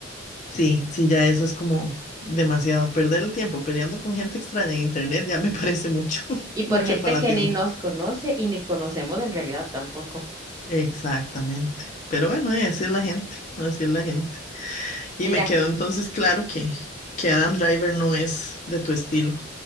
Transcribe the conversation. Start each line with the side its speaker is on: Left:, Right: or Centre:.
Left: Sí, sí, ya eso es como demasiado. Perder el tiempo peleando con gente extraña en internet ya me parece mucho, <laughs>
Right: Y por
Left: mucho
Right: gente
Left: fanatismo.
Right: que ni nos conoce y ni conocemos en realidad tampoco.
Left: Exactamente. Pero bueno, eh, así es la gente, así es la gente. Y
Right: Mira,
Left: me quedó entonces claro que, que Adam Driver no es de tu estilo.